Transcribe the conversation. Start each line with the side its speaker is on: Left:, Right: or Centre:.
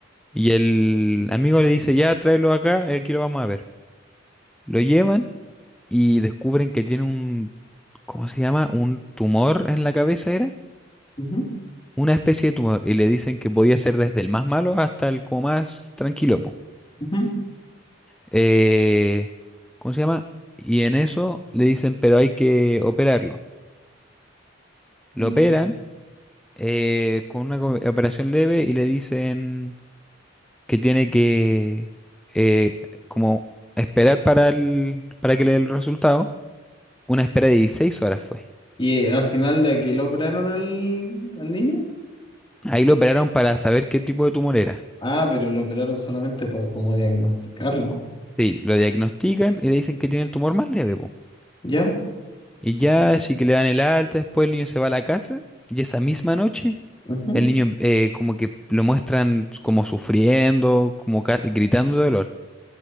Centre: Y el amigo le dice, ya, tráelo acá, eh, aquí lo vamos a ver. Lo llevan y descubren que tiene un, ¿cómo se llama? Un tumor en la cabeza, ¿era?
Left: ujú,
Centre: Una especie de tumor. Y le dicen que podía ser desde el más malo hasta el como más tranquilo,
Left: ujú,
Centre: Eh, ¿cómo se llama? Y en eso le dicen, pero hay que operarlo. Lo
Left: ujú.
Centre: operan eh, con una co- operación leve y le dicen que tiene que eh, como esperar para el, para que le den el resultado. Una espera de 16 horas fue.
Left: Y eh, al final de aquí lo operaron al, al niño,
Centre: Ahí lo operaron para saber qué tipo de tumor era.
Left: ah, pero lo operaron solamente para como diagnosticarlo,
Centre: Sí, lo diagnostican y le dicen que tiene el tumor más leve, po.
Left: ya,
Centre: Y ya, así que le dan el alta, después el niño se va a la casa y esa misma noche
Left: ujú,
Centre: el niño eh, como que lo muestran como sufriendo, como ca- gritando de dolor.